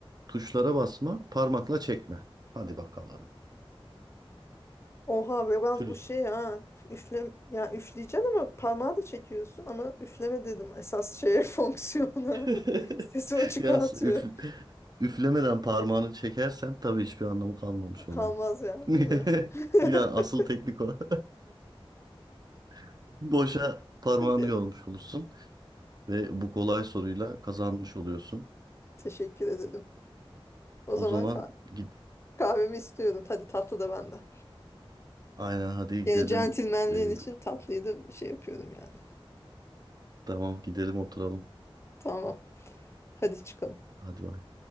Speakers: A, on the right; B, on the left.
A: tuşlara basma, parmakla çekme. Hadi bakalım.
B: Oha biraz
A: Flüt.
B: bu şey ha. Üfle, ya üfleyeceksin ama parmağı da çekiyorsun ama üfleme dedim esas şeye <laughs> fonksiyona.
A: <laughs>
B: <laughs> Sesi o çıkartıyor.
A: Yalnız üf üflemeden parmağını çekersen tabii hiçbir anlamı kalmamış
B: Kalmaz
A: oluyor.
B: yani,
A: <laughs>
B: değil mi? <laughs>
A: Ya asıl teknik o. <laughs> Boşa parmağını
B: Peki,
A: yormuş olursun ve bu kolay soruyla kazanmış oluyorsun.
B: Teşekkür ederim. O
A: O
B: zaman
A: zaman
B: kah-
A: git.
B: kahvemi istiyorum. Hadi tatlı da benden.
A: Aynen hadi gidelim.
B: Yine centilmenliğin
A: Ee,
B: için tatlıyı da şey yapıyorum yani.
A: tamam gidelim oturalım.
B: Tamam. Hadi çıkalım.
A: Hadi bay. Tamam.